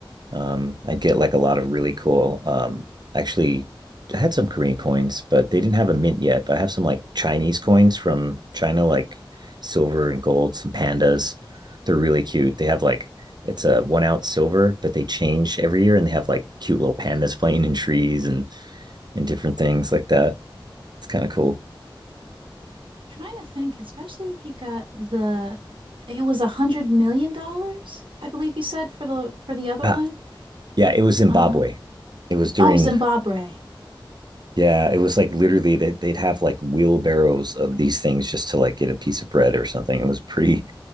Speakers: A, on the right (about 55°); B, on the right (about 75°).
A: Um, I'd get like a lot of really cool. Um, actually, I had some Korean coins, but they didn't have a mint yet. But I have some like Chinese coins from China, like silver and gold. Some pandas. They're really cute. They have like it's a one ounce silver, but they change every year, and they have like cute little pandas playing in trees and and different things like that. It's kind of cool.
B: Trying to think, especially if you got the it was a hundred million dollars, I believe you said for the for the other
A: Uh,
B: one.
A: Yeah, it was Zimbabwe.
B: Uh
A: It was during
B: oh, Zimbabwe.
A: yeah, it was like literally that they'd have like wheelbarrows of these things just to like get a piece of bread or something. It was pretty